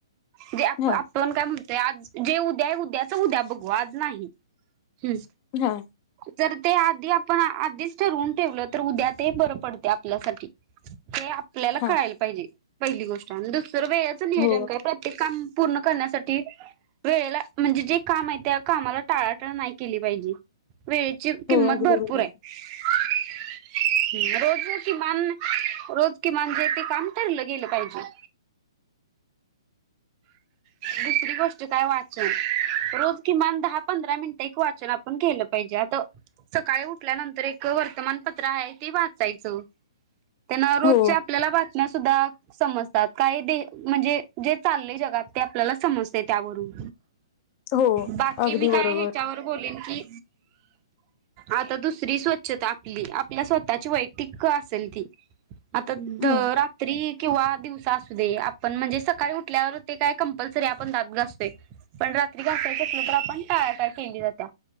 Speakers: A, on the right; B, on the left.
A: म्हण आप
B: हा
A: -आपण काय म्हणतोय, आज. जे उद्या आहे. उद्याच उद्या बघू, आज नाही. हम्
B: हा
A: तर ते आधी आप पण आधीच ठरून ठेवलं. तर उद्या ते बरं पडते, आपल्यासाठी. ते आपल्याला
B: हा
A: कळायला पाहिजे. पहिली गोष्ट आणि दुस - वेळेच नियोजन
B: हो
A: काय, प्रत्येक काम. पूर्ण करण्यासाठी वेळेला, म्हणजे जे काम आहे, त्या कामाला टाळाटाळ नाही केली पाहिजे. वेळेची किंमत
B: हो अगदी
A: भरपूर
B: बरोबर
A: आहे. <inaudible> रोज न किमान, रोज किमान, जे ते काम ठरलं गेलं पाहिजे. दुसरी गोष्ट काय वाचन. रोज किमान दहा पंधरा मिनिटं एक वाचन आपण केलं पाहिजे. आता सकाळी उठल्यानंतर एक वर्तमानपत्र आहे ते वाचायचं. त्यांना रोजच्या
B: हो
A: आपल्याला बातम्या सुद्धा समज तात काही <unintelligible> म्हणजे. चाललंय जगात, ते आपल्याला समजते त्यावरून.
B: हो
A: बाकी
B: अगदी
A: मी
B: बरोबर
A: काय ह्याच्यावर बोलेन की. आता दुसरी स्वच्छता आपली. आपल्या स्वतःची वैयक्तिक असेल ती. आता द
B: हम्म
A: रात्री. किंवा दिवसा असू दे, आपण म्हणजे सकाळी- उठल्यावर ते काय कंपल्सरी आपण दात घासतोय. पण रात्री घासायचं असलं तर आपण टाळ्या टाळ केली जाते,